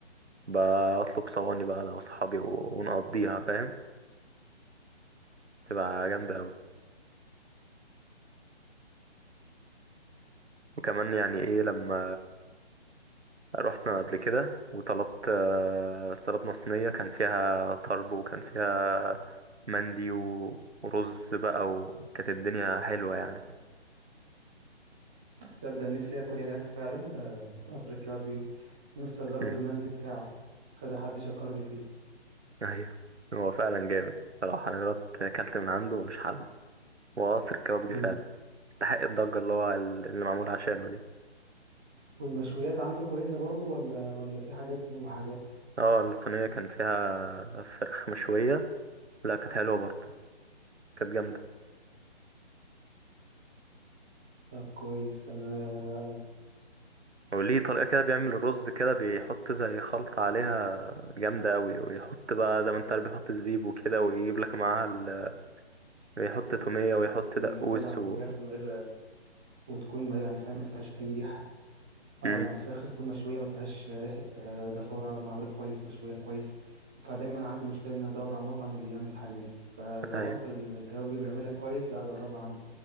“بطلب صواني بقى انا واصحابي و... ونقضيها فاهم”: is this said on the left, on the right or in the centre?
Right